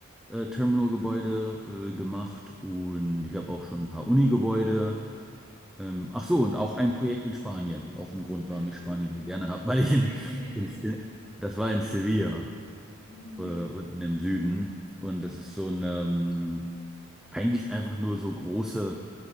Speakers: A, in the centre; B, on the right (about 20°).
A: äh, Terminalgebäude
B: Cool.
A: äh, gemacht und ich habe auch schon ein paar Uni-Gebäude. Ähm, ach so, und auch ein Projekt in Spanien. Auch ein Grund,
B: Ah.
A: warum ich Spanien so gerne habe, weil ich
B: <laughs>
A: in, in, in, das war in Sevilla.
B: Mhm.
A: äh, unten im Süden. Und das ist so ein, ähm, eigentlich einfach nur so große